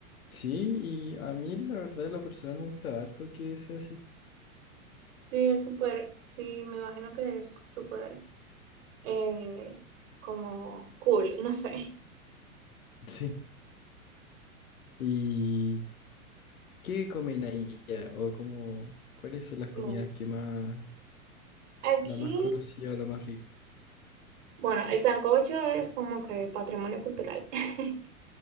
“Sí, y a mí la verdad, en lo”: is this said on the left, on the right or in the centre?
Left